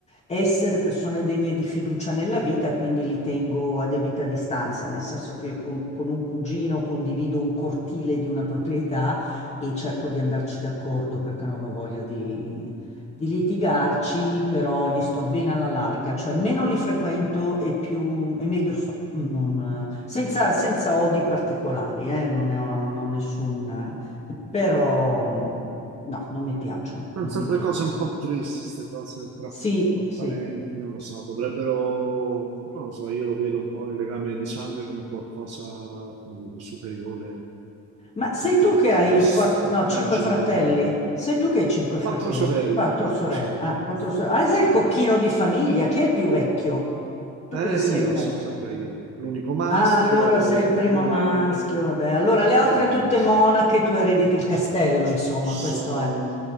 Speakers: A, on the left; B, on the right.
A: essere persone degne di fiducia nella vita, quindi li tengo a debita distanza, nel senso che io con, con un cugino condivido un cortile di una proprietà e cerco di andarci d'accordo perché non ho voglia di di litigarci, però gli sto bene alla larga, cioè meno li frequento e più e meglio so, non- senza, senza odi particolari, eh, non ne ho, non ho nessun, però mh, no, non mi piacciono,
B: Sono
A: non
B: sempre
A: mi piacciono.
B: cose un po' tristi, queste cose tra,
A: Sì,
B: tra parenti,
A: sì.
B: non lo so, dovrebbero, non lo so, io lo vedo un po' il legame di sangue come qualcosa, come dire, superiore
A: Ma
B: a
A: sei
B: tutte
A: tu
B: le
A: che
B: piccole
A: hai
B: stupidaggini
A: quatt- no, cinque fratelli?
B: del mondo.
A: Sei tu che hai cinque
B: Quattro
A: fratelli?
B: sorelle,
A: Quattro
B: quattro
A: sorelle.
B: sorelle,
A: Ah, quattro sorelle.
B: quattro
A: Ah, sei
B: sorelle.
A: il cocchino di
B: sì.
A: famiglia. Chi è il più vecchio? Tu
B: Eh,
A: cosa sei
B: io,
A: in me?
B: sono sempre io, l'unico maschio,
A: Ah, allora sei il
B: più
A: primo
B: grande.
A: maschio, vabbè. Allora
B: Sì,
A: le altre tutte
B: sì.
A: monache, tu erediti il castello,
B: S- s-
A: insomma,
B: Sono...
A: questo è.